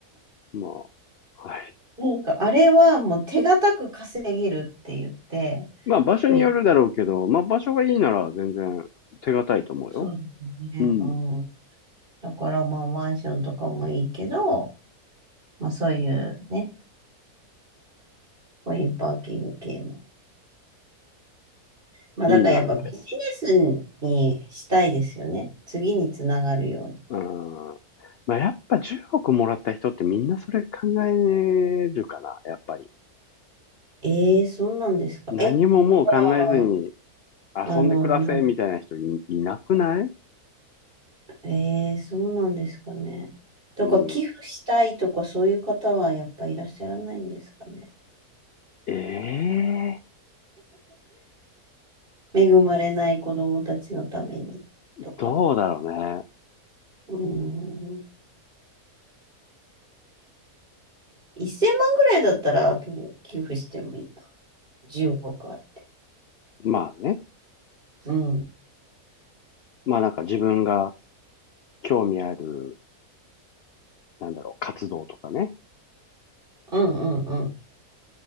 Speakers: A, on the left (about 70°); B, on the right (about 35°).
A: まあ、はい。
B: なんか、あれはもう手堅く稼げるって言って、
A: まあ場所によるだろうけど、
B: へ、
A: まあ場所がいいなら全然手堅いと思うよ。
B: そうですね。
A: うん。
B: うん。だから、まあ、マンションとかもいいけど、まあ、そういうね、コインパーキング系も。まあ、
A: いいなって。
B: だからやっぱビジネスにしたいですよね。次につながるように。
A: うん。まあやっぱ10億もらった人ってみんなそれ考えるかな、やっぱり。
B: ええー、そうなんですか。
A: 何ももう考えずに
B: え、じゃあ
A: 遊んで暮らせみたいな人い、
B: あの、な
A: いなくない
B: えー、そうなんですかね。とか、
A: うん。
B: 寄付したいとか、そういう方はやっぱいらっしゃらないんですかね。
A: ええー
B: 恵まれない子供たちのためにとか。
A: どうだろうね。
B: うーん。1000万ぐらいだったら、とも寄付してもいいな。10億あって。
A: まあね。
B: うん。うん
A: まあなんか自分が興味ある、なんだろう、活動とかね。
B: うんうん。